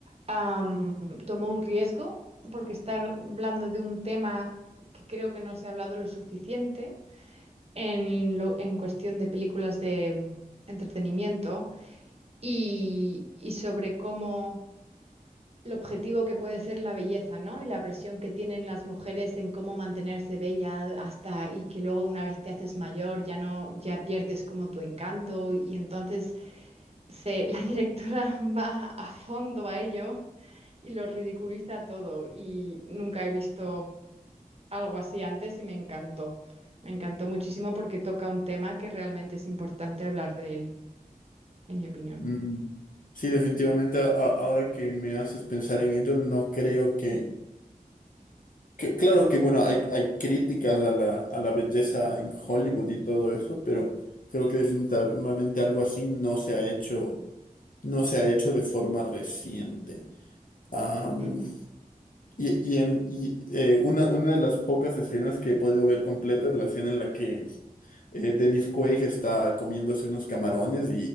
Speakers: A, on the right; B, on the left.
A: am, tomó un riesgo porque está hablando de un tema que creo que no se ha hablado lo suficiente en, lo- en cuestión de películas de mm, entretenimiento y, y sobre cómo lo objetivo que puede ser la belleza, ¿no? Y la presión que tienen las mujeres en cómo mantenerse bella hasta y que luego una vez te haces mayor ya no, ya pierdes como tu encanto y entonces se, <laughs> la directora va a fondo a ello y lo ridiculiza todo y nunca he visto algo así antes y me encantó. Me encantó muchísimo porque toca un tema que realmente es importante hablar de él, en mi opinión.
B: Mm, Sí, definitivamente, a- a- ahora que me haces pensar en ello, no creo que, que- claro que, bueno, hay, hay críticas a la, a la belleza en Hollywood y todo eso, pero creo que definitivamente algo así no se ha hecho, no se ha hecho de forma reciente. Am,
A: Mm, mm.
B: y y, en, y, eh, una, una de las pocas escenas que he podido ver completa es la escena en la que eh, Dennis Quaid está comiéndose unos camarones